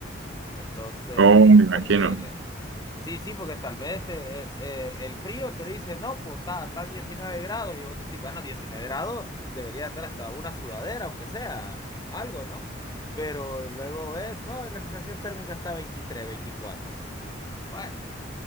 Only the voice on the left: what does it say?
Entonces,
terrible. Sí, sí, porque tal vez te- eh, eh, el frío te dice, no, pues está, está 19 grados y vos decís, bueno, 19 grados debería andar hasta una sudadera, aunque sea algo, ¿no? Pero luego ves, no, la sensación térmica está 23 veinticuatro <laughs> Bueno,